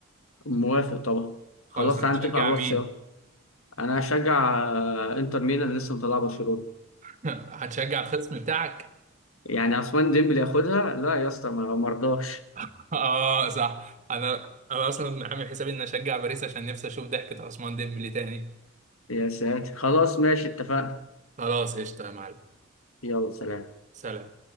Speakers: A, on the left (about 75°); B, on the right (about 35°).
A: موافق طبعا
B: خالص
A: خلاص
B: هتشجع
A: تعالى نتفق على الواتس
B: مين
A: يلا انا هشجع آه، انتر ميلان اللي لسه مطلعه برشلونه
B: <laughs> هتشجع الخصم بتاعك
A: يعني عثمان ديمبلي ياخدها لا يا اسطى ما مرضاش
B: <laughs> اه صح انا انا اصلا عامل حسابي اني اشجع باريس عشان نفسي اشوف ضحكة عثمان ديمبلي تاني
A: يا ساتر خلاص ماشي اتفقنا
B: خلاص قشطه يا معلم
A: يلا سلام
B: سلام